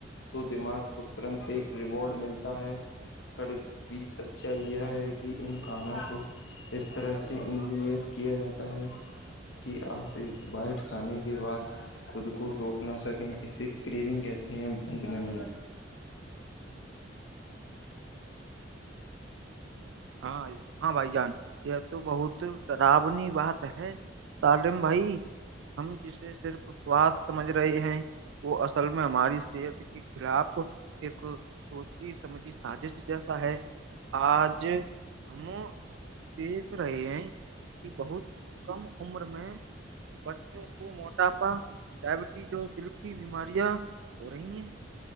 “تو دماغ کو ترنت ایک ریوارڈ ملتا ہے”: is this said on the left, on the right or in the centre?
Left